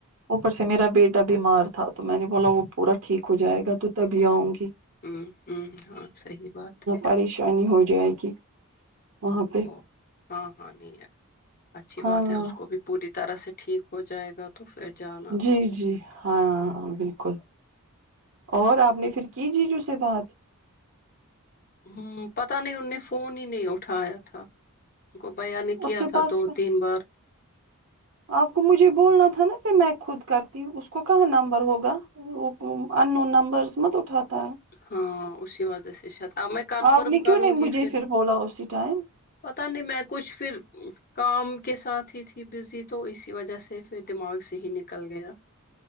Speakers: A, on the right; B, on the left.
A: اوپر سے میرا بیٹا بیمار تھا تو میں نے بولا وہ پورا ٹھیک ہو جائے گا تو تبھی آؤں گی
B: ہوں ہوں ہاں صحیح بات ہے
A: پریشانی ہو جائے گی وہاں
B: ہاں
A: پہ
B: وہ ہاں ہاں نہیں اہے اچھی
A: ہاں
B: بات ہے اس کو بھی پوری طرح سے ٹھیک ہو جائے گا تو پھر جانا
A: جی جی ہاں ں بالکل اور آپ نے پھر کی جیجو سے بات
B: ہوں پتا نہیں ان نے فون ہی نہیں اٹھایا تھا بھیا نے کیا
A: اس کے
B: تھا
A: پاس
B: کیا تھا دو تین بار
A: آپ کو مجھے بولنا تھا نا پھر میں خود کرتی اس کو کہاں نمبر ہوگا <unintelligible> ان نون نمبرس مت اٹاتا ہے
B: ہاں اسی وجہ سے شاید اب میں کنفرم
A: آپ نے
B: کروں
A: کیوں نہیں
B: گی
A: مجھے
B: پھر
A: بولا اسی ٹائم
B: پتا نہیں میں کچھ پھر کام کے ساتھ ہی تھی بزی تو اسی وجہ سے پھر دماغ سے ہی نکل گیا